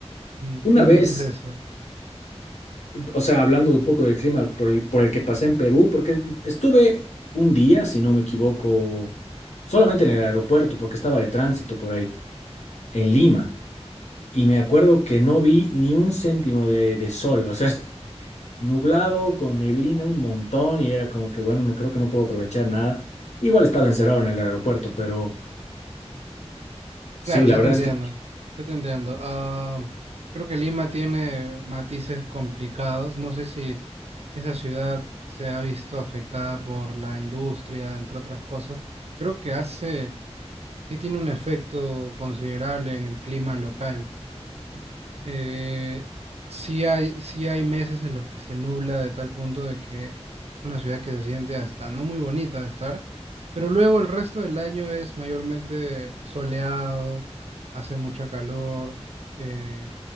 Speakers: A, on the right; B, on the left.
A: Mm,
B: Una
A: ¿Qué me
B: vez,
A: dices de eso?
B: o sea, hablando un poco del clima por el, por el que pasé en Perú, porque estuve un día, si no me equivoco, solamente en el aeropuerto, porque estaba de tránsito por ahí, en Lima. Y me acuerdo que no vi ni un céntimo de, de sol, o sea, <laughs> nublado, con neblina un montón, y era como que, bueno, no creo que no puedo aprovechar nada. Igual estaba encerrado en el aeropuerto, pero sí,
A: Claro,
B: la
A: sí
B: verdad
A: te entiendo,
B: es que
A: sí te entiendo. Ah, creo que Lima tiene matices complicados. No sé si esa ciudad se ha visto afectada por la industria, entre otras cosas, que creo que hace sí tiene un efecto considerable en el clima local, ¿no? Eh, sí hay, sí hay meses en los que se nubla de tal punto de que es una ciudad que se siente hasta no muy bonita de estar, pero luego el resto del año es mayormente soleado, hace mucho calor, eh,